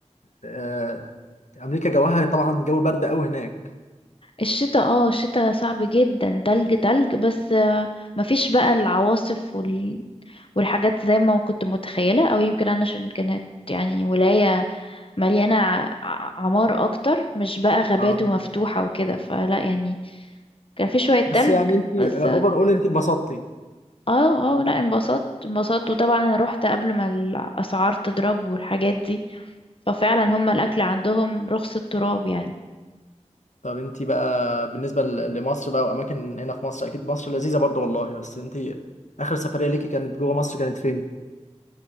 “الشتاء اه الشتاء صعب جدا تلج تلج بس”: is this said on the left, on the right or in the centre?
Left